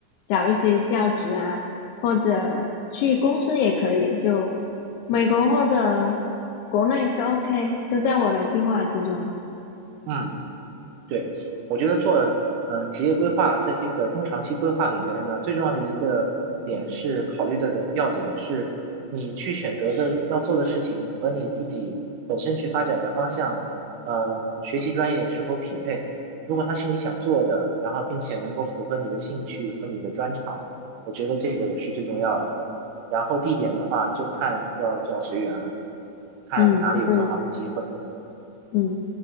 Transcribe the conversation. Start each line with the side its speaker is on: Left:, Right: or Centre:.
Left: 找一些教职啊，或者去公司也可以，就美国或者国内都 OK，都在我的计划之中。
Right: 嗯。对，我觉得做嗯职业规划，在这个中长期规划里面呢，最重要的一个点是考虑的的要点是，你去选择的要做的事情和你自己本身去发展的方向，呃，学习专业是否匹配。如果它是你想做的，然后并且能够符合你的兴趣和你的专长，我觉得这个是最重要的。然后地点的话，就看就要就要随缘了，看哪里有更好的机会。
Left: 嗯，对。嗯，